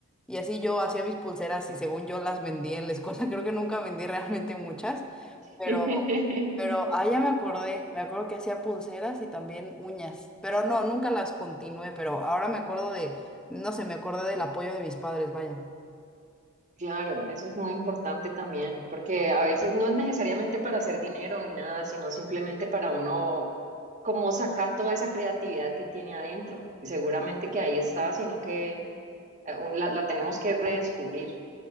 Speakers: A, in the centre; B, on the right.
A: Y así yo hacía mis pulseras y según yo las vendía en la escuela. <laughs> Creo que nunca vendí realmente muchas. Pero
B: <laughs>
A: pero, ah, ya me acordé, me acuerdo que hacía pulseras y también uñas, pero no, nunca las continué, pero ahora me acuerdo de, no sé, me acordé del apoyo de mis padres, vaya.
B: Claro, eso es muy importante también, porque a veces no es necesariamente para hacer dinero ni nada, sino simplemente para uno como sacar toda esa creatividad que tiene adentro. Y seguramente que ahí está, sino que eh, la, la tenemos que redescubrir.